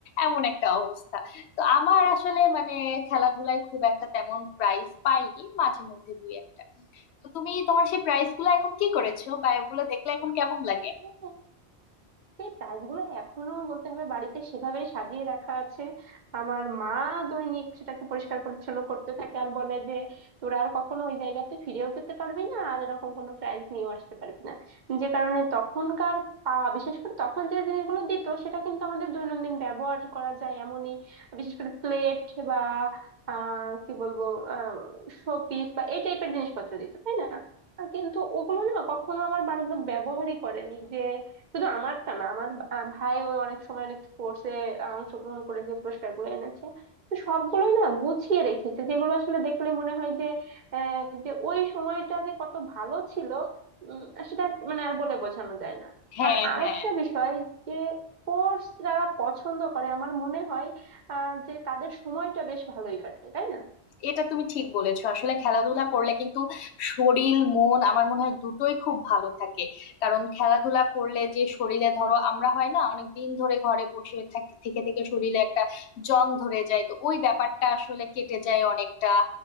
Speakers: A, on the left (about 75°); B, on the right (about 50°).
A: এমন একটা অবস্থা তো আমার আসলে মানে খেলাধুলায় খুব একটা তেমন প্রাইজ পাইনি মাঝে মধ্যে দুই একটা তো তুমি তোমার সেই প্রাইজ গুলো এখন কি করেছো বা এগুলো দেখলে এখন কেমন লাগে
B: হুম। এই প্রাইজ গুলো এখনো বলতে হবে বাড়িতে সেভাবে সাজিয়ে রাখা আছে আমার মা দৈনিক সেটাকে পরিষ্কার পরিচ্ছন্ন করতে থাকে আর বলে যে তোরা আর কখনো ওই জায়গাতে ফিরেও যেতে পারবি না আর এরকম কোনো প্রাইজ নিয়েও আসতে পারবি না যে কারণে তখনকার পাওয়া বিশেষ করে তখন যে জিনিসগুলো দিত সেটা কিন্তু আমাদের দৈনন্দিন ব্যবহার করা যায় এমনই বিশেষ করে প্লেট বা আহ কি বলবো আহ শোপিস বা এই টাইপের জিনিসপত্র দিত তাই না আহ, কিন্তু ওগুলো না কখনো আমার বাড়ির লোক ব্যবহারই করেনি যে শুধু আমারটা না আমার আহ, ভাইও অনেক সময় অনেক স্পোর্টসে অংশগ্রহণ করে যে পুরস্কার গুলো এনেছে তো সবগুলোই না গুছিয়ে রেখেছে যেগুলো আসলে দেখলে মনে হয় যে আহ, যে ওই সময়টা যে কত ভালো ছিল উম, সেটা মানে আর বলে বোঝানো যায় না
A: হ্যাঁ
B: আর আরেকটা
A: হ্যাঁ
B: বিষয় যে স্পোর্টস যারা পছন্দ করে আমার মনে হয় আহ যে তাদের সময়টা বেশ ভালোই কাটে তাই না
A: এটা তুমি ঠিক বলেছো আসলে খেলাধুলা করলে কিন্তু শরীর মন আমার মনে হয় দুটোই খুব ভালো থাকে কারণ খেলাধুলা করলে যে শরীরে ধরো আমরা হয় না অনেক দিন ধরে ঘরে বসে থাক- থেকে থেকে শরীরে একটা জং ধরে যায় তো ওই ব্যাপারটা আসলে কেটে যায় অনেকটা